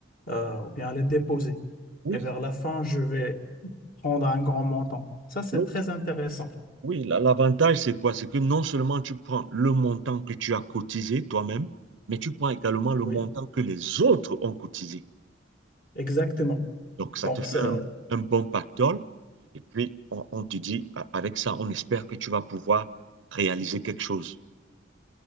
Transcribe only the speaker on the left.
euh, ou bien à les déposer.
Et vers la fin, je vais prendre un grand montant. Ça, c'est
très intéressant.
Oui,
exactement.
Donc
ça,